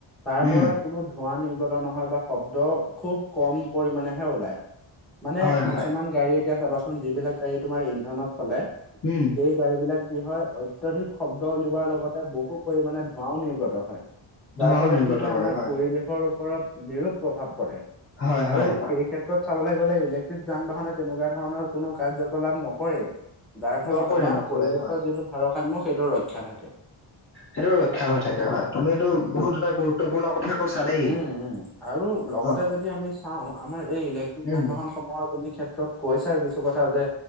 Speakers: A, in the centre; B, on the left.
A: তাৰ
B: উম
A: পৰা কোনো ধোঁৱা নিৰ্গত নহয় বা শব্দ খুব কম পৰিমমানেহে ওলায়। মানে
B: হয় হয়
A: কিছুমান গাড়ী এতিয়া চাবাচোন যিবিলাক গাড়ী তোমাৰ ইন্ধনত চলে।
B: উম।
A: এই গাড়ী বিলাক কি হয় অত্যাধিক শব্দ উলিওৱাৰ লগতে বহু পৰিমামানে ধোঁৱাও নিৰ্গত হয়। যাৰ
B: ধোৱাও
A: ফলত
B: নিৰ্গত
A: কি আমাৰ
B: কৰে হয়
A: পৰিৱেশৰ ওপৰত বিৰূপ প্ৰভাৱ পৰে
B: হয় হয়
A: আৰু এই ক্ষেত্ৰত চাব গলে ইলেক্ট্ৰিক যান বাহনে তেনেকুৱা ধৰণৰ কোনো কাৰ্যকলাপ নকৰে। যাৰ ফলত
B: নকৰে
A: আমাৰ
B: নকৰে
A: পৰিৱেশৰ
B: হয়
A: যিটো ভাৰসাম্য সেইটো ৰক্ষা থাকে।
B: সেইটো ৰক্ষা হৈ থাকে হয় তুমিটো বহুত এটা গুৰুত্বপূৰ্ণ কথা কৈছা দেই
A: উম, উম আৰু লগতে
B: অ
A: যদি আমি চাওঁ আমাৰ এই ইলেক্ট্ৰিক যান
B: উম
A: বাহনসমূহৰ তুমি তো কৈছাই কিছু কথা যে